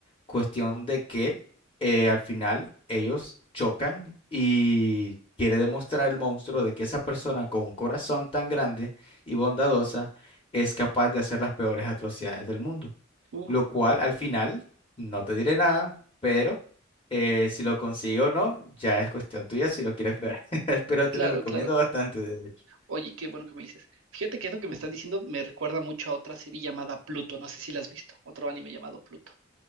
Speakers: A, on the left (about 25°); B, on the right (about 70°).
A: cuestión de que eh, al final ellos chocan y quiere demostrar el monstruo de que esa persona con un corazón tan grande y bondadosa es capaz de hacer las peores atrocidades del mundo.
B: Uh,
A: Lo cual al final, no te diré nada, pero eh, si lo consigo o no, ya es cuestión tuya si lo quieres ver. <laughs> Pero te
B: claro,
A: lo recomiendo
B: claro.
A: bastante, de hecho.
B: Oye, qué bueno que me dices. Fíjate que eso que me estás diciendo me recuerda mucho a otra serie llamada Pluto, no sé si la has visto, otro anime llamado Pluto.